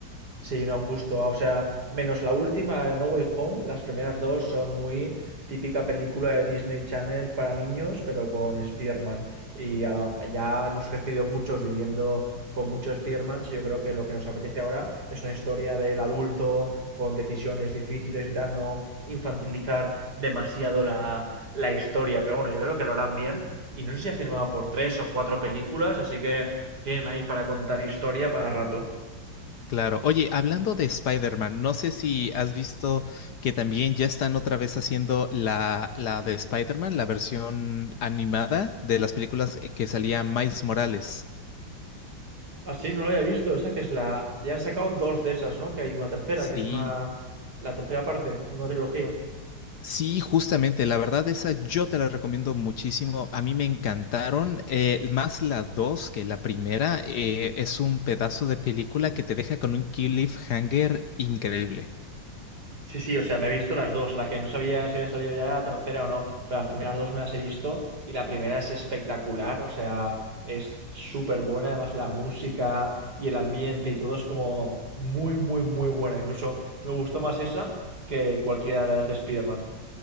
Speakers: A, on the right; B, on the left.
A: Sí, no, justo. Ah, O sea, menos la última, No Way Home, las primeras dos son muy típica película de Disney Channel para niños, pero con Spider-Man. Y ya, ya hemos crecido muchos viviendo con muchos Spider-Man. y Yo creo que lo que nos apetece ahora es una historia del adulto con decisiones difíciles y tal, no infantilizar demasiado la, la historia. Pero bueno, yo creo que lo harán bien. Y no sé si ha firmado por tres o cuatro películas, así que tienen ahí para contar historia para rato.
B: Claro. Oye, hablando de Spider-Man, no sé si has visto que también ya están otra vez haciendo la, la de Spider-Man, la versión animada de las películas eh, que salía Miles Morales.
A: Ah, sí, no lo había visto. Esa que es la. Ya han sacado dos de esas, ¿no? Que hay una tercera,
B: Sí,
A: que es una. La tercera parte, una trilogía.
B: Sí, justamente, la verdad esa yo te la recomiendo muchísimo. A mí me encantaron, eh, más la dos que la primera. eh, es un pedazo de película que te deja con un cliffhanger increíble.
A: Sí, sí, o sea, me he visto las dos. La que no sabía si había salido ya la tercera o no, pero las primeras dos me las he visto y la primera es espectacular, o sea, es súper buena. Además, la música y el ambiente y todo es como muy, muy, muy buena. Incluso me gustó más esa que cualquiera de las de Spider-Man.